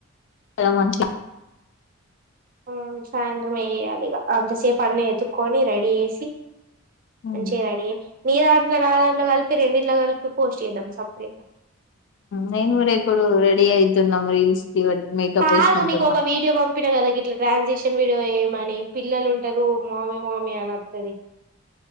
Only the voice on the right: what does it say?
ఆ సాయంత్రం చేయాలిగ అంతసేపు అన్ని ఎతుక్కకొని రెడీ చేసి
మంచిగరెడీ అయి నీ దాంట్లో న దాంట్లో కలిపి రెండిట్లో కలిపి పోస్ట్ చేద్దాం సప్పుడుజెక
కాదు
నీకు ఒక వీడియో పంపిన కదాగిట్ ట్ల ట్రాన్సిక్షన్ వీడియో చేయమని పిల్లలు ఉంటారు మామి మామి అని అత్తది